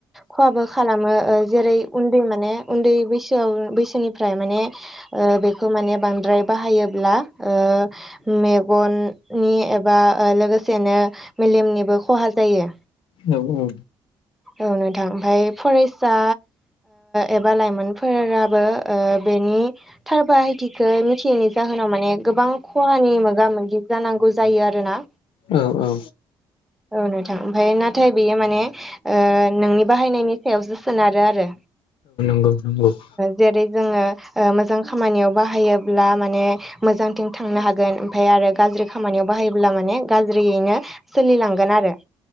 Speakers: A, in the centre; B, on the left.
A: खहाबो खालामो ओ जेरै उन्दै माने उन्दै बैसोआव बैसोनिफ्राय माने ओ औ बेखौ माने बांद्राय बाहायोब्ला ओ मेगननि एबा लोगोसेनो मेलेमनिबो खहा जायो।
B: औ औ
A: औ नोंथां ओमफाय फरायसा एबा लाइमोनफोराबो बेनि थार बाहायथिखौ मिथियैनि जाहोनाव माने गोबां खहानि मोगा मोगि जानांगौ जायो आरोना
B: औ औ
A: औ नोंथां ओमफ्राय नाथाय बेयो माने नोंनि बाहायनायनि सायावसो सोनारो आरो
B: <inaudible>
A: जेरै जोङो मोजां खामानियाव बाहायोब्ला माने मोजां थांनो हागोन ओमफ्राय आरो गाज्रि खामानियाव बाहायोब्ला माने गाज्रियैनो सोलिलांगोन आरो